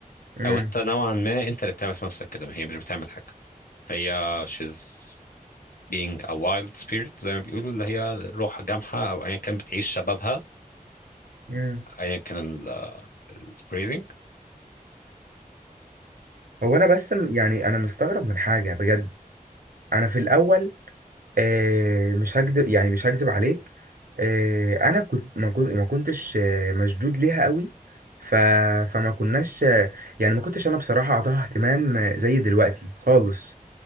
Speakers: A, on the right; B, on the left.
A: امم
B: او انت نوعا ما انت اللي بتعمل في نفسك كده ما هي مش بتعمل حاجه هي she's being a wild spirit زي ما بيقولوا اللي هي روح جامحه او ايا كان بتعيش شبابها
A: امم
B: ايا كان الفريزنج
A: هو انا بس م- يعني انا مستغرب من حاجه بجد انا في الاول آه مش هكدب يعني مش هكذب عليك آه انا كنت ما كنت ما كنتش آه، مشدود ليها قوي ف فما كناش آه، يعني ما كنتش انا بصراحه اعطاها اهتمام آه، زي دلوقتي خالص